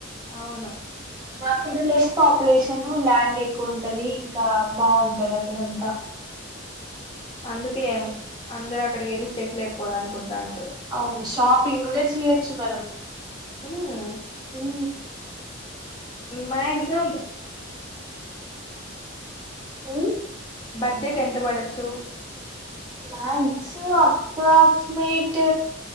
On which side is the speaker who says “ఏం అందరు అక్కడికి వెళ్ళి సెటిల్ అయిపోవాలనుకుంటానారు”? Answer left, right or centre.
Left